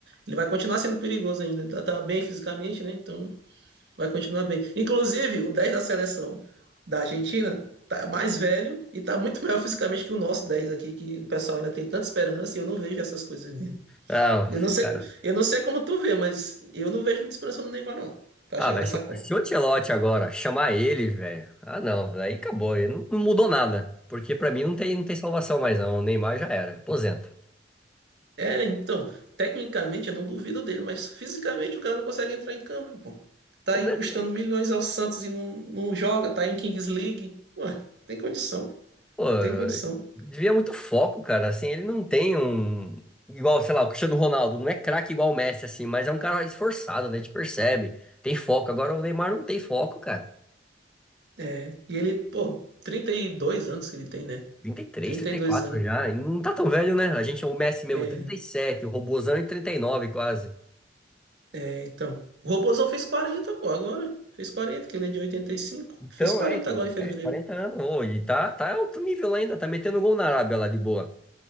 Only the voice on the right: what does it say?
ele vai continuar sendo perigoso ainda. Tá, tá bem fisicamente, né? Então Vai continuar bem. Inclusive, o 10 da seleção da Argentina tá mais velho e tá muito melhor fisicamente que o nosso 10 aqui, que o pessoal ainda tem tanta esperança e eu não vejo essas coisas nele.
Eu não sei,
eu não sei como tu vê, mas eu não vejo muita esperança no Neymar, não, pra
chegar
nessa
Copa.
É, então, tecnicamente eu não duvido dele, mas fisicamente o cara não consegue entrar em campo, pô. Tá aí
custando milhões ao Santos e não, não joga, tá aí em Kings League. Ué, tem condição, pô.
tem condição.
É, e ele, pô, 32 anos que ele tem, né?
trinta e dois anos.
É,
é, então. O Robozão fez quarenta pô, agora. Fez quarenta que ele é de oitenta e cinco
Fez 40
agora em fevereiro.